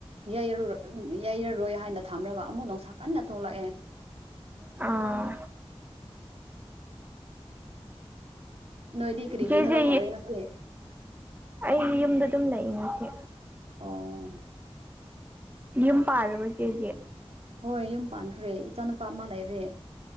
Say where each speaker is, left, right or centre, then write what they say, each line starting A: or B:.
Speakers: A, on the right; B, on the right.
A: ꯌꯩꯔꯣꯏ ꯌꯩꯔꯔꯣꯏ ꯍꯥꯏꯅ ꯊꯝꯔꯒ ꯑꯃꯨꯛ ꯅꯨꯡꯁꯥ ꯀꯟꯅ ꯊꯣꯛꯂꯛꯑꯦ
B: ꯑꯥ
A: ꯅꯣꯏꯗꯤ ꯀꯔꯤ
B: ꯏꯆꯦꯁꯦ
A: ꯀꯔꯤ ꯊꯕꯛ ꯇꯧꯔꯦ ꯉꯁꯤ
B: ꯑꯩꯒꯤ ꯌꯨꯝꯗ ꯑꯗꯨꯝ ꯂꯩꯏ ꯉꯁꯤ
A: ꯑꯣ
B: ꯌꯨꯝ ꯄꯥꯜꯂꯕ ꯆꯦꯗꯤ
A: ꯍꯣꯏ ꯌꯨꯝ ꯄꯥꯟꯈ꯭ꯔꯦ ꯏꯆꯥ ꯅꯨꯨꯄꯥ ꯑꯃ ꯂꯩꯔꯦ